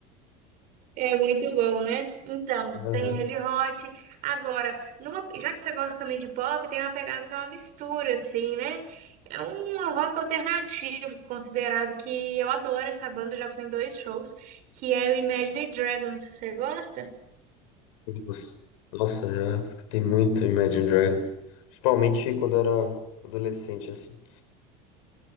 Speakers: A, on the right; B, on the left.
A: É muito bom, né? Então,
B: Aham.
A: tem Red Hot. Agora, numa- já que você gosta também de pop, tem uma pegada que é uma mistura, assim, né? É um rock alternativo, considerado que eu adoro essa banda, já fui em dois shows, que é o Imagine Dragons. Você gosta?
B: Nossa, Nossa, já escutei muito Imagine Dragons. Principalmente quando era adolescente, assim.